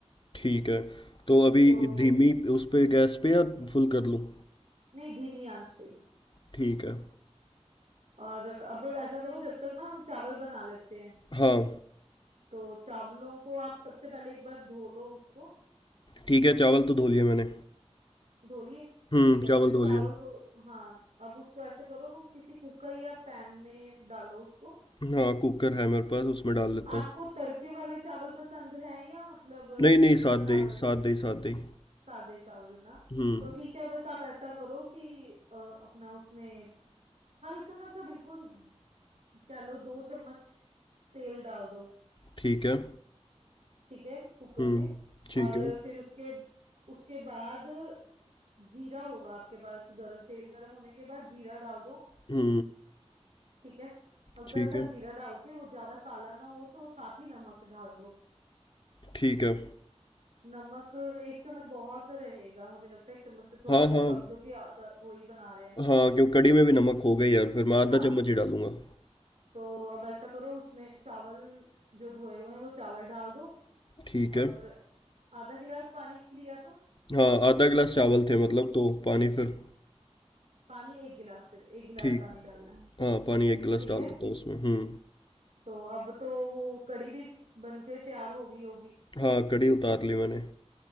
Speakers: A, on the left; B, on the right.
A: ठीक है तो अभी
B: तो
A: धीमी उस पे गैस पे या फुल कर लूँ
B: नहीं धीमी आंच पे ही।
A: ठीक है
B: और अब ऐसा करो जब तक ना हम चावल बना लेते हैं
A: हाँ
B: तो चावलों को आप सबसे पहले एक बार धो लो उसको
A: ठीक है चावल तो धो लिए मैंने
B: धो लिए
A: हम्म
B: ठीक है
A: चावल
B: फिर चावल
A: धो लिए
B: को हाँ अब उसको ऐसे करो किसी कुकर या पैन में डालो उसको
A: हाँ कुकर है मेरे पास उसमें डाल देता
B: आपको
A: हूँ
B: तड़के वाले चावल पसंद हैं या मतलब अ,
A: नहीं नहीं
B: सिंपल
A: साथ
B: चावल
A: दे ही, साथ दे ही, साथ दे ही।
B: सादे चावल ना
A: हुँ,
B: तो ठीक है बस आप ऐसा करो कि अ, अपना उसमें हल्का सा बिल्कुल कह लो दो चम्मच तेल डाल दो
A: ठीक है।
B: ठीक है कुकर
A: हुँ,
B: में
A: ठीक
B: और
A: है।
B: फिर उसके उसके बाद जीरा होगा आपके पास गरम तेल गरम होने के बाद जीरा डाल दो
A: हुँ,
B: ठीक है हल्का
A: ठीक
B: सा
A: है,
B: जीरा डाल के वो ज्यादा काला ना हो तो साथ ही नमक डाल दो
A: ठीक है।
B: नमक एक चम्मच बहुत रहेगा मुझे लगता है एक चम्मच से थोड़ा
A: हाँ,
B: सा
A: हाँ।
B: कम क्योंकि आधा वही बना रहे हैं ना
A: हाँ, क्यों कढ़ी में भी नमक होगा ही यार फिर मैं आधा
B: हाँ
A: चम्मच ही डालूँगा।
B: तो अब ऐसा करो उसमें चावल जो धोए हुए हैं वो चावल डाल दो
A: ठीक
B: और
A: है।
B: आधा गिलास पानी लिया था
A: हाँ, आधा गिलास चावल थे
B: ठीक
A: मतलब
B: है
A: तो पानी फिर
B: पानी एक गिलास फिर एक गिलास
A: ठीक
B: पानी डालना है
A: हाँ, पानी 1 गिलास
B: ठीक
A: डाल
B: है
A: देता हूँ उसमें। हुँ।
B: तो अब तो वो कड़ी भी बनके तैयार होगी होगी
A: हाँ, कढ़ी उतार ली मैंने।